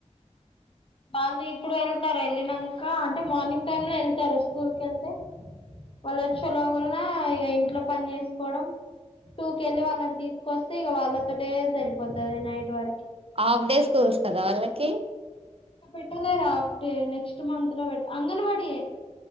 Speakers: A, on the left; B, on the right.
A: వాళ్ళు ఇప్పుడు వెళ్తారు వెళ్ళినాక అంటే మార్నింగ్ టైమ్ లో వెళ్తారు స్కూల్ కి వెళ్తే వాళ్ళొచ్చే లోగులన ఇక ఇంట్లో పని చేసుకోవడం టూకెళ్ళి వాళ్ళని తీసుకొస్తే ఇక వాళ్ళతోటే సరిపోతది నైట్ వరకు
B: హాఫ్ డేస్ స్కూల్స్ కదా వాళ్ళకి
A: ఆ పెట్టలే రాఫటే నెక్స్ట్ మంత్ లో పెడ అంగన్వడి